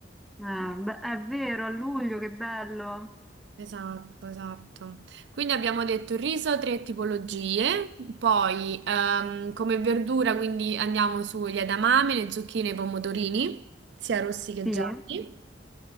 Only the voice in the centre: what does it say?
beh, è vero, a luglio che bello.
Sì,